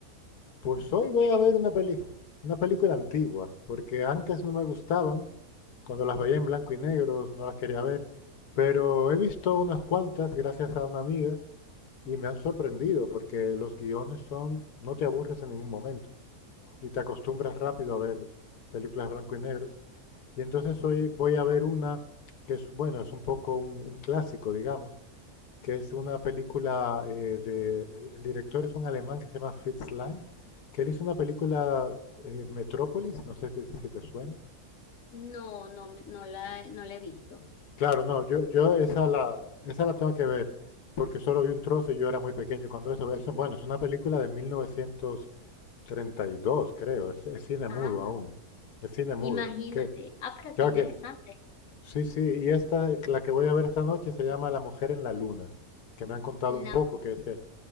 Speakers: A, on the left; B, on the left.
A: Pues hoy voy
B: ¿Tienes?
A: a ver una peli, una película antigua, porque antes no me gustaban, cuando las veía en blanco y negro, no las quería ver, pero he visto unas cuantas gracias a una amiga. Y me han sorprendido porque los guiones son, no te aburres en ningún momento y te acostumbras rápido a ver películas de blanco y negro. Y entonces hoy voy a ver una que es, bueno, es un poco un, un clásico, digamos, que es una película eh, de, el director es un alemán que se llama Fritz Lang, que él hizo una película eh, Metrópolis, no sé si, si te suena.
B: No, no, me- no la, no la he visto.
A: Claro, no, yo, yo esa la, esa la tengo que ver porque solo vi un trozo y yo era muy pequeño cuando eso. eso bueno, es una película de 1900 treinta y dos creo. Es, es cine
B: Ah,
A: mudo aún. Es cine mudo.
B: imagínate.
A: Que,
B: Ah, pero
A: ya
B: qué interesante.
A: que, sí, sí. Y esta, la que voy a ver esta noche se llama La Mujer en la Luna, que me han contado
B: La
A: un poco,
B: mujer.
A: que es que,